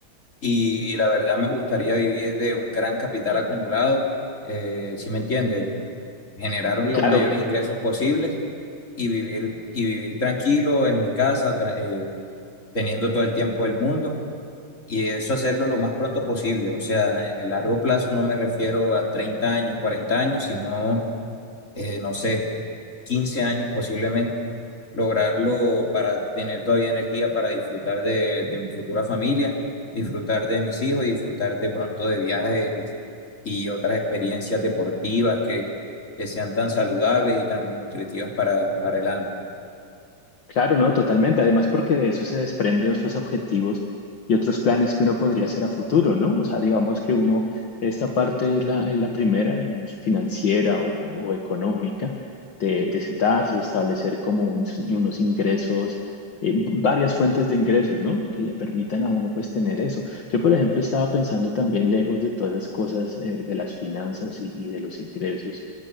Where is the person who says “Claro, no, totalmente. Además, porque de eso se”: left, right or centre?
Left